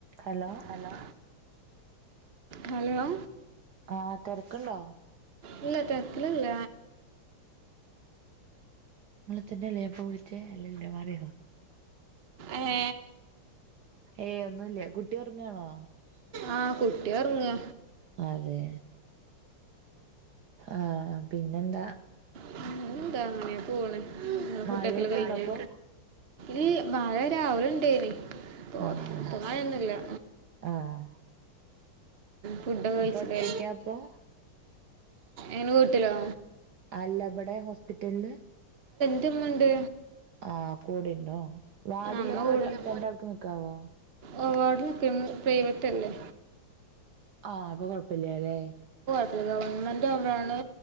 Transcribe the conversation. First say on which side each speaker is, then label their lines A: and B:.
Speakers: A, on the right; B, on the right.
A: Hello
B: hello hello
A: ആ തെരക്ക്ണ്ടോ
B: ഇല്ല തെരക്ക്ലല്ല
A: ഇങ്ങളെ തന്നെ അല്ലേ ഞാൻ ഇപ്പം വിളിച്ചേ അല്ലല്ലോ മാറിയോ
B: ഏ
A: ഏയ് ഒന്നുല്ല കുട്ടി ഒറങ്ങാണോ?
B: ആ കുട്ടി ഒർങ്ങാ
A: അതെ ആഹ് പിന്നെന്താ
B: പിന്നെന്താ അങ്ങനേ പോണ് നിങ്ങള്
A: മഴയൊക്കെ
B: ഫുഡൊക്കല് കഴിഞ്ഞോ
A: ഉണ്ടോ അപ്പൊ
B: <unintelligible> രാവിലെ ഉണ്ടേനി <inaudible>
A: ആഹ് ആഹ്
B: ഫുഡൊക്ക കഴിച്ചില്ലേ
A: ഇപ്പൊ ഒറ്റക്കാ അപ്പൊ
B: എനെ വീട്ടിലോ
A: അല്ല ഇബ്ടെ ഹോസ്പിറ്റൽല്
B: റ്റ് ന്നുണ്ട്
A: ആഹ് കൂടെ ഇണ്ടോ. വാഡിലപ്പൊ
B: അമ്മ കൂടും
A: ര രണ്ടാൾക്ക് നിക്കാവോ
B: ഓ വാർഡ് നിൽക്കും പ്രൈവറ്റ് അല്ലേ
A: ആഹ് അപ്പൊ കൊഴപ്പല്ല്യാല്ലേ
B: ഇത് ഗവൺമെന്റ് ആവ്മ്പഴാണ്